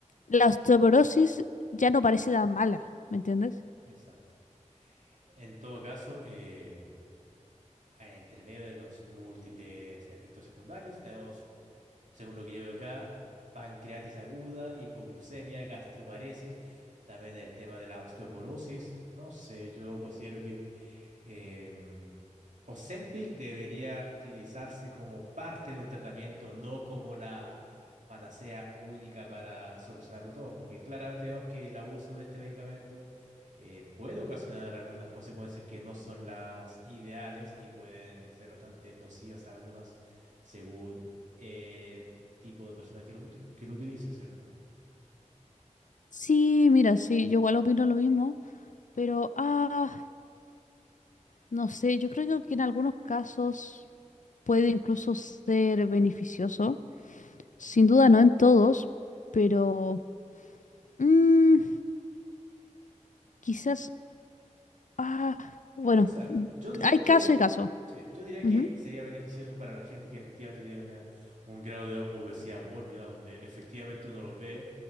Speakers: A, on the left (about 80°); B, on the right (about 75°).
A: la osteoporosis ya no parece tan mala, ¿me entiendes?
B: Exacto. En todo caso, eh, entre medio de los múltiples efectos secundarios, tenemos, según lo que yo veo acá, pancreatitis aguda, hipoglucemia, gastroparesis, también el tema de la osteoporosis. No sé, yo considero que Em, Ozempic debería utilizarse como parte de un tratamiento, no como la panacea única para solucionarlo todo, porque claramente vemos que el abuso de este medicamento eh, puede ocasionar algunas consecuencias que no son las ideales y pueden ser bastante nocivas a algunas según el tipo de persona que lo, uti- que lo utilice, cierto
A: Sí, mira, sí, yo igual opino lo mismo, pero ah, no sé, yo creo que en algunos casos puede incluso ser beneficioso, sin duda no en todos, pero mm, quizás Ah, bueno,
B: O sea, yo diría
A: hay caso
B: que,
A: y caso.
B: sí, yo diría
A: Ujú,
B: que sería beneficioso para la gente que efectivamente tiene una- un grado de obesidad mórbida, donde efectivamente uno lo ve,